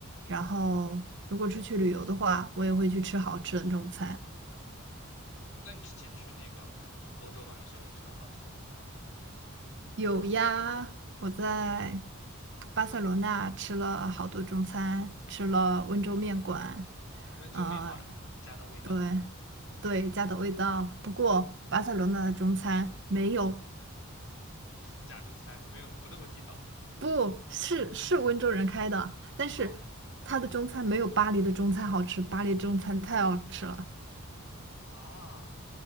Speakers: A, on the right (about 55°); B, on the left (about 70°).
A: 然后如果出去旅游的话，我也会去吃好吃的中餐。
B: 那你之前去那个欧洲玩的时候，有吃到好吃的中餐吗？
A: 有呀，我在巴塞罗那吃了好多中餐，吃了温州面馆，
B: 温州面馆家的味道，
A: 呃，对对，家的味道。不过巴塞罗那的中餐没有，
B: 假中餐没有不那么地道
A: 不是是温州人开的，但是
B: 啊
A: 他的中餐没有巴黎的中餐好吃，巴黎中餐太好吃了。
B: 啊。